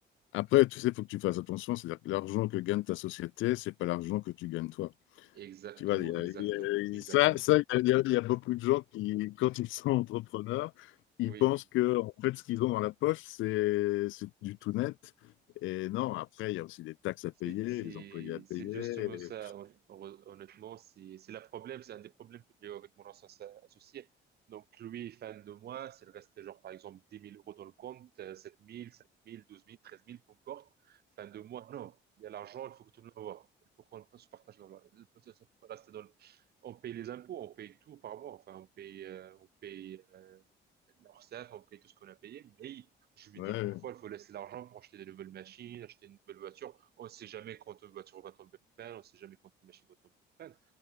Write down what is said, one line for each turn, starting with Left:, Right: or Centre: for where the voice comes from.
Left: Après, tu sais, il faut que tu fasses attention, c'est-à-dire que l'argent que gagne ta société, c'est pas l'argent que tu gagnes toi.
Right: exactement,
Left: Tu vois, il y a-
Right: exactement,
Left: il
Right: exactement.
Left: y a- ça, ça, il y a, il y a beaucoup de gens qui, quand ils sont entrepreneurs, ils
Right: Oui.
Left: pensent que, en fait, ce qu'ils ont dans la poche, c'est c'est du tout net. Et non, après, il y a aussi des taxes à
Right: C'est
Left: payer,
Right: c'est-
Left: les employés à payer.
Right: c'est justement
Left: et-
Right: ça, hon- hon- honnêtement. C'est c'est le problème, c'est un des problèmes que j'ai eu avec mon ancien sa- associé. Donc, lui est fan de moi. S'il restait, genre, par exemple, dix mille euros dans le compte, euh, 7 000, 5 000, 12 000, 13 000, peu importe, fan de moi, non. Il y a l'argent, il faut que tout le monde voit. Il faut qu'on se partage l'argent. Il faut que ça peut rester dans le- On paye les impôts, on paye tout par mois. Enfin, on paye, euh, on paye euh, l'Orsaf, on paye tout ce qu'on a payé. Mais je me
Left: ouais.
Right: dis, parfois, il faut laisser l'argent pour acheter des nouvelles machines, acheter une nouvelle voiture. On sait jamais quand une voiture va tomber en panne, on sait jamais quand une machine va tomber en panne.